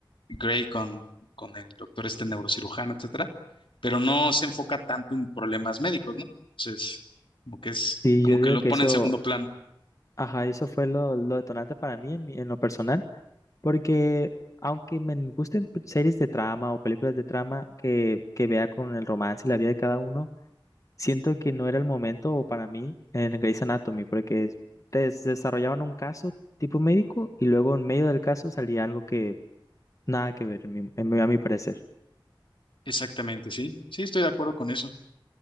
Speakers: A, on the left; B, on the left.
A: Gray con, con el doctor este neurocirujano, etcétera, pero no se enfoca tanto en problemas médicos, ¿no? Entonces, como que es,
B: Sí,
A: como
B: yo digo
A: que lo
B: que
A: pone
B: eso,
A: en segundo plano.
B: ajá, eso fue lo, lo detonante para mí en, mi- en lo personal. Porque aunque me gusten p- series de trama o películas de trama que, que vea con el romance y la vida de cada uno, siento que no era el momento o para mí en Grey's Anatomy, porque es- des- desarrollaban un caso tipo médico y luego en medio del caso salía algo que nada que ver, en mi- en mi- a mi parecer.
A: Exactamente, sí, sí, estoy de acuerdo con eso.